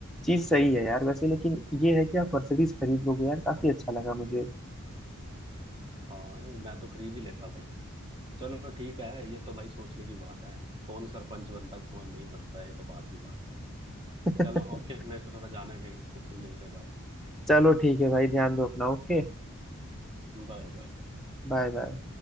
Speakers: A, in the centre; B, on the right.
A: चीज सही है यार वैसे लेकिन ये है कि आप मर्सिडीज खरीद लोगे यार काफी अच्छा लगा मुझे
B: हाँ मैं तो खरीद ही लेता भाई चलो ठीक है ये तो भाई सोचने की बात है कौन सरपंच बनता कौन नहीं बनता ये तो बात की बात
A: <laughs>
B: चलो ओके मेरे को थोड़ा जाना है कहीं फिर मिलते हैं बाय
A: चलो ठीक है भाई ध्यान दो अपना ओके
B: बाय बाय बाय
A: Bye bye